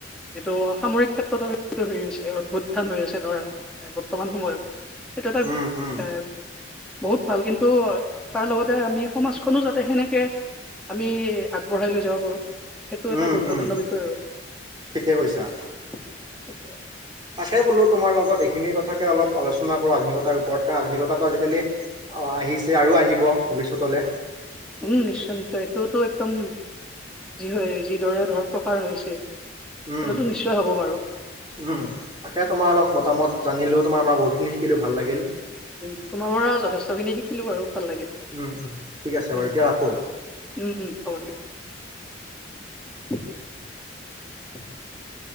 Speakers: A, in the centre; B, on the right.
A: যিটো সামৰিক ক্ষেত্ৰত আৰু সেইটো হেৰি হৈছে অভ্যুত্থান হৈ আছে ধৰা বৰ্তমান সময়ত এটো এটা
B: উম, উম,
A: আহ বহুত ভাল কিন্তু তাৰ লগতে আমি সমাজখনো যাতে সেনেকে আমি আগবঢ়াই লৈ যাব পাৰোঁ সেইটো এটা
B: উম,
A: গুৰুত্বপূৰ্ণ
B: উম,
A: বিষয় আৰু
B: ঠিকে কৈছা।
A: সেইটোৱে
B: তাকে বোলো তোমাৰ লগত এইখিনি কথাকে অলপ আলোচনা কৰো আধুনিকতাৰ ওপৰত কাৰ আধুনিকতো আজিকালি অ আহিছে আৰু আহিব ভৱিষ্যতলৈ
A: উম নিশ্চয় নিশ্চয় এইটোতো একদম যি হয় যিদৰে ধৰ প্ৰসাৰ হৈ আছে।
B: উম
A: সেইটোতো নিশ্চয় হ'ব বাৰু
B: উম তাকে তোমাৰ অলপ মতামত জানিলেও তোমাৰ পৰা বহুতখিন শিকিলো ভাল লাগিল
A: উ তোমাৰ পৰা যথেষ্ট খিনি শিকিলো বাৰু ভাল লাগিল
B: উম, উম, ঠিক আছে বাৰু
A: উম
B: এতিয়া ৰাখোঁ।
A: উম উম হ'ব দিয়া <unintelligible> <inaudible>